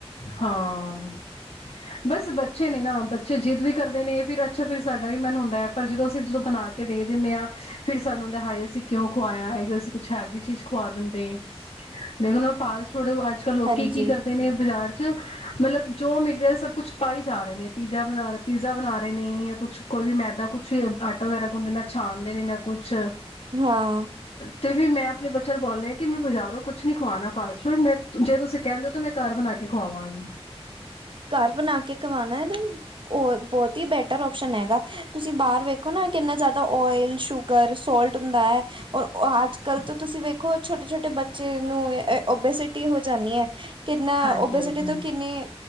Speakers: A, on the left (about 70°); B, on the right (about 50°).
A: ਹਾਂ, ਬਸ ਬੱਚੇ ਨੇ ਨਾ ਬੱਚੇ ਜਿੱਤ ਵੀ ਕਰਦੇ ਨੇ ਫਿਰ ਅੱਛਾ, ਫਿਰ ਹਾਂ, ਬਸ ਬੱਚੇ ਹੀ ਨੇ ਨਾ ਬੱਚੇ ਜ਼ਿੱਦ ਵੀ ਕਰਦੇ ਨੇ ਨਾ ਅੱਛਾ, ਫਿਰ ਸਾਡਾ ਵੀ ਮਨ ਹੁੰਦਾ ਹੈ ਪਰ ਜਦੋਂ ਅਸੀਂ ਜਦੋਂ ਬਣਾ ਕੇ ਦੇ ਦਿੰਦੇ ਹਾਂ ਫਿਰ ਸਾਨੂੰ ਹੁੰਦਾ ਹਾਏ ਅਸੀਂ ਕਿਉਂ ਖਵਾਇਆ ਹੈਗੇ ਅਸੀਂ ਕੁਛ ਹੈਲੀਦੀ ਚੀਜ਼ ਖਵਾ ਦਿੰਦੇ ਤੇ ਹੁਣ ਫਾਸਟ ਥੋੜ੍ਹੇ ਅੱਜ ਕੱਲ੍ਹ ਲੋਕੀ
B: ਹਾਂਜੀ
A: ਕੀ ਕਰਦੇ ਨੇ ਮਤਲਬ ਜੋ ਮਿਲ ਰਿਹਾ ਸਭ ਕੁਛ ਪਾਈ ਜਾ ਰਹੇ ਨੇ ਪੀਜ਼ਾ ਬਣਾ- ਪੀਜ਼ਾ ਬਣਾ ਰਹੇ ਨੇ ਜਾਂ ਕੁਛ ਕੋਈ ਵੀ ਮੈਦਾ ਕੁਛ ਆਟਾ ਵਗੈਰਾ ਗੁਦਦੇ ਨਾ ਛਣਦੇ ਨੇ ਨਾ ਕੁਛ
B: ਹਾਂ।
A: ਤੇ ਫਿਰ ਮੈਂ ਆਪਣੇ ਬੱਚਿਆਂ ਨੂੰ ਬੋਲਿਆ ਰਿਹਾ ਕਿ ਮੈਂ ਬਜ਼ਾਰੋਂ ਕੁੱਛ ਨ ਖਵਾਉਣਾ ਫਾਸਟ ਫੂਡ ਮੈਂ ਜੇ ਤੁਸੀਂ ਕਹਿੰਦੇ ਹੋ ਤਾਂ ਮੈਂ ਘਰ ਬਣਾ ਕੇ ਕੇ ਖਵਾਂਗੀ।
B: ਘਰ ਬਣਾ ਕੇ ਖਵਾਣਾ ਦਾ ਉਹ ਬਹੁਤ ਹੀ ਬੈਟਰ ਓਪਸ਼ਨ ਹੈਗਾ। ਤੁਸੀਂ ਬਾਹਰ ਵੇਖੋ ਨਾ ਕਿੰਨਾ ਜ਼ਿਆਦਾ ਓਇਲ, ਸ਼ੂਗਰ, ਸੋਲਟ ਹੁੰਦਾ ਹੈ ਔਰ ਅੱਜ ਕੱਲ ਤੋਂ ਤੁਸੀਂ ਵੇਖੋ ਛੋਟੇ ਛੋਟੇ ਬੱਚੇ ਨੂੰ ਓਬੇਸਿਟੀ ਹੋ ਜਾਂਨੀ ਏ। ਕਿੰਨਾ
A: ਹਾਂਜੀ
B: ਉਓਬੇ
A: ਹਾਂਜੀ
B: ਸਿਟੀ ਤੋਂ ਕਿੰਨੀ